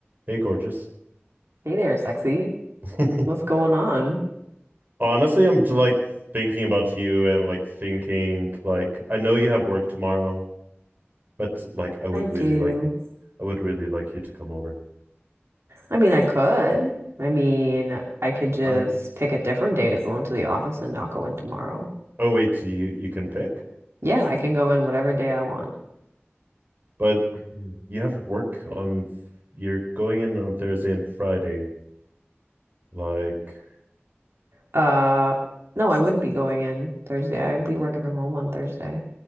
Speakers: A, on the right; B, on the right.
A: Hey, gorgeous.
B: Hey there, sexy.
A: <laughs>
B: What's going on?
A: Honestly, I'm just like thinking about you and like thinking like I know you have work tomorrow, but like I would
B: I do.
A: really like you I would really like you to come over.
B: I mean, I could. I mean, I could just
A: I'm
B: pick a different day to go into the office and not go in tomorrow.
A: oh wait, so you you can pick,
B: Yeah, I can go in whatever day I want.
A: but <clears throat> you have work on you're going in on Thursday and Friday. Like
B: Uh, no, I wouldn't be going in Thursday. I'd be working from home on Thursday.